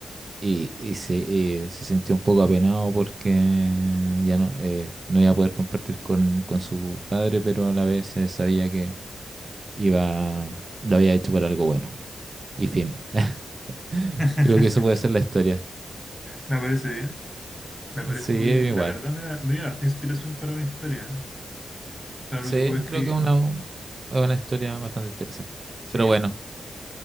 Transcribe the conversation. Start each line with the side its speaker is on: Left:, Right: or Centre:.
Right: y- y se, eh, se sintió un poco apenado porque ya no, eh, no iba a poder compartir con, con su padre, pero a la vez eh, sabía que iba, lo había hecho por algo bueno. Y fin. <laughs>
Centre: <laughs>
Right: Creo que eso puede ser la historia.
Centre: me parece bien, me parece
Right: Sí, igual.
Centre: muy bien. La verdad me da, me dio harta inspiración para una historia, ¿eh? para
Right: Sí,
Centre: lo que puedo escribir.
Right: creo que es una, es una historia bastante interesante.
Centre: Sí,
Right: Pero bueno,